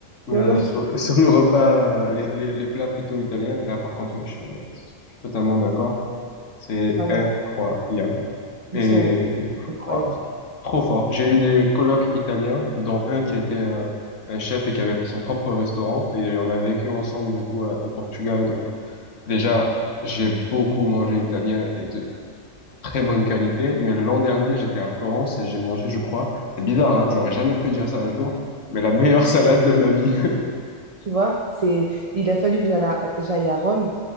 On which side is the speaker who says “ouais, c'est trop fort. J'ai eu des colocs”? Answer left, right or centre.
Left